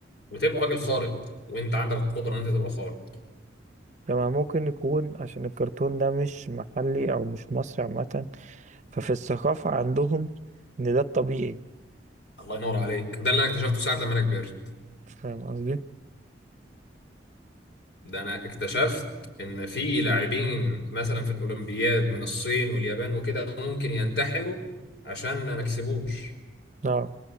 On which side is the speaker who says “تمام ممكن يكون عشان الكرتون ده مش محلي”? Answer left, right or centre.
Right